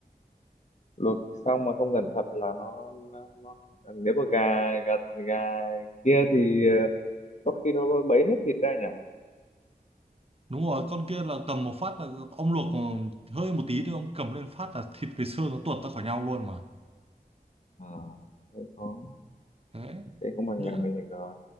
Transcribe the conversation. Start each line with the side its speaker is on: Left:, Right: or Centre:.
Left: luộc xong mà không cẩn thận là nó, nó, nó nó- À, nếu mà gà gà gà kia thì ờ, có khi nó bấy hết thịt ra nhỉ?
Right: đúng rồi con kia là cầm một phát là ông luộc hơi một tí thôi ông cầm lên phát là thịt với xương nó tuột ra khỏi nhau luôn mà
Left: À, thế khó,
Right: thế
Left: thế không bằng
Right: Nhỉ?
Left: gà mình được rồi.